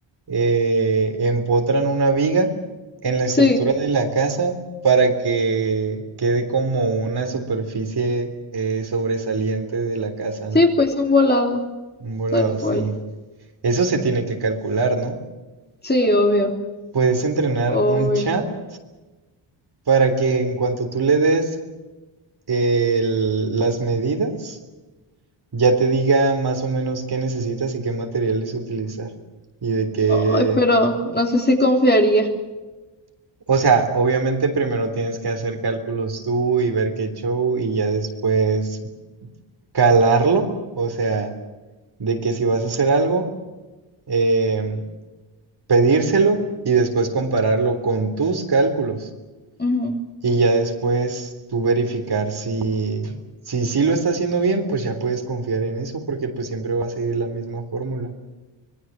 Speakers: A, on the right; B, on the left.
A: eh, empotran una viga en la estructura
B: Sí.
A: de la casa para que quede como una superficie eh, sobresaliente de la casa,
B: Sí,
A: ¿no?
B: pues un volado,
A: Un volado,
B: tal cual.
A: sí. Eso se tiene que calcular, ¿no?
B: Sí, obvio,
A: Puedes entrenar
B: obvio.
A: un chat para que en cuanto tú le des eh, el- las medidas, ya te diga más o menos qué necesitas y qué materiales utilizar y de qué
B: Ay, pero no sé si confiaría.
A: O sea, obviamente primero tienes que hacer cálculos tú y ver qué show y ya después calarlo, o sea, de que si vas a hacer algo, em, pedírselo y después compararlo con tus cálculos
B: Ujú,
A: y ya después tú verificar si si sí lo está haciendo bien, pues ya puedes confiar en eso porque pues siempre va a seguir la misma fórmula.